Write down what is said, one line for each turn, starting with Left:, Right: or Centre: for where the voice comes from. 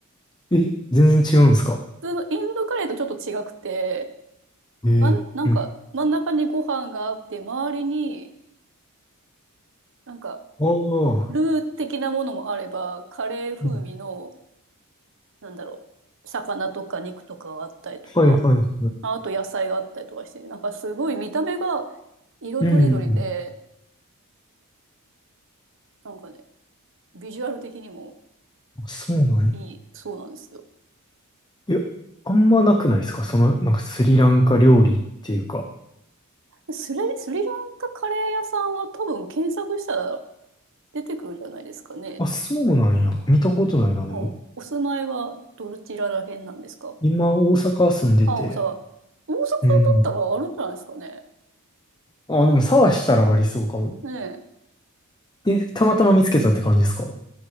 Left: え、全然違うんですか
Right: 普通のインドカレーとちょっと違くて、
Left: えーうん。
Right: あん、なんか真ん中にご飯があって、周りになんか
Left: ああ。
Right: ルー的なものもあれば、カレー風味の、
Left: うん
Right: なんだろう、魚とか肉とかがあったりとか、
Left: はいはいはい。
Right: ああと野菜があったりとかして、なんかすごい見た目が色とりどりで、
Left: うん。
Right: なんかね、ビジュアル的にも
Left: あそうなんや。
Right: いいそうなんですよ。
Left: いやあんまなくないですかその、なんかスリランカ料理っていうか。
Right: スリ、スリランカカレー屋さんは多分検索したら出てくるんじゃないですかね。
Left: あ、そうなんや。見たことないな、でも。
Right: もうお住まいはどちらら辺なんですか
Left: 今、大阪住んでて。
Right: あ、大阪。大阪だったらあるんじゃないですかね。
Left: うん。あ、でも探したらありそうかも。
Right: ねえ。
Left: え、たまたま見つけたって感じですかあ